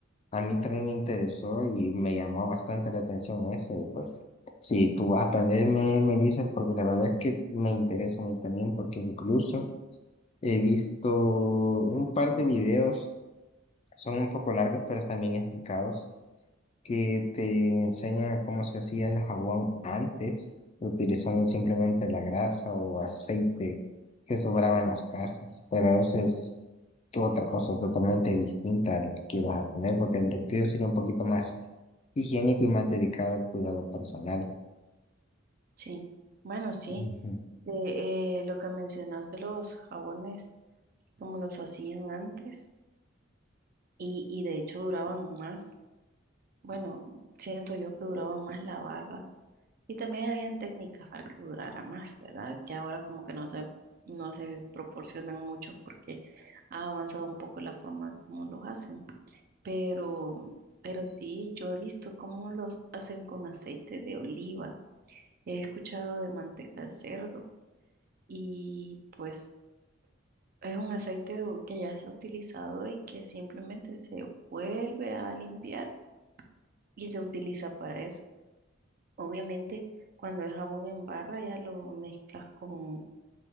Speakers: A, on the left; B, on the right.
A: a mí también me interesó y me llamó bastante la atención eso. Y pues, si tú vas a aprender, me, me dices, porque la verdad es que me interesa a mí también, porque incluso... He visto un par de videos, son un poco largos, pero están bien explicados, que te enseñan a cómo se hacía el jabón antes, utilizando simplemente la grasa o aceite que sobraba en las casas. Pero esa es otra cosa totalmente distinta a lo que quieras a tener, porque el de tuyo sería un poquito más higiénico y más dedicado al cuidado personal.
B: Sí, bueno, sí.
A: Ujú.
B: De eh, lo que mencionas de los jabones, como los hacían antes, y, y de hecho duraban más. Bueno, siento yo que duraba más la barra Y también habían técnicas para que durara más, ¿verdad? Que ahora como que no se, no se proporcionan mucho porque ha avanzado un poco la forma en cómo los hacen. Pero, pero sí, yo he visto cómo los hacen con aceite de oliva. He escuchado de manteca de cerdo y pues es un aceite u- que ya está utilizado y que simplemente se vuelve a limpiar y se utiliza para eso. Obviamente, cuando es jabón en barra ya lo mezclas con